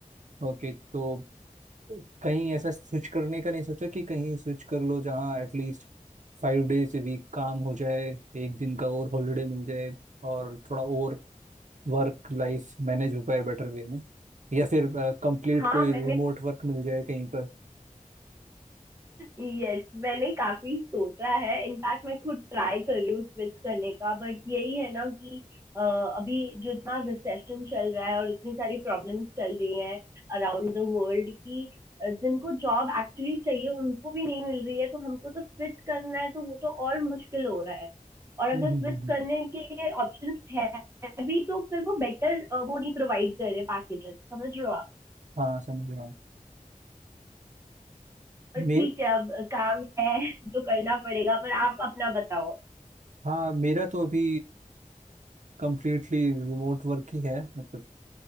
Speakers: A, on the right (about 60°); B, on the right (about 20°).
A: ओके तो कहीं ऐसा स्विच करने का नहीं सोचा कि कहीं स्विच कर लो जहाँ एटलीस्ट फाइव डेज ए वीक काम हो जाए एक दिन का और हॉलीडे मिल जाए और थोड़ा और वर्क लाइफ मैनेज हो पाए बेटर वे में या फिर कंप्लीट
B: हाँ
A: कोई
B: मैंने
A: रिमोट वर्क मिल जाए कहीं पर
B: यस मैंने काफी सोचा है इनफैक्ट मैं खुद ट्राई कर रही हूँ स्विच करने का बट यही है ना कि अ, अभी जो इतना रिसेशन चल रहा है और इतनी सारी प्रॉब्लम्स चल रही हैं अराउंड द वर्ल्ड की अ, जिनको जॉब एक्चुअली चाहिए उनको भी नहीं मिल रही है तो हमको तो स्विच करना है तो वो तो और मुश्किल हो रहा है और अगर
A: हम्म हम्म
B: स्विच
A: हम्म, हम्म।
B: करने के लिए ऑप्शंस है भी तो फिर वो बेटर वो नहीं प्रोवाइड कर रहे पैकेजेस समझ रहे हो आप
A: हाँ समझ रहा हूँ
B: ठीक
A: मे
B: है अब काम है तो करना पड़ेगा पर आप अपना बताओ
A: हाँ मेरा तो अभी कंप्लीटली रिमोट वर्क ही है मतलब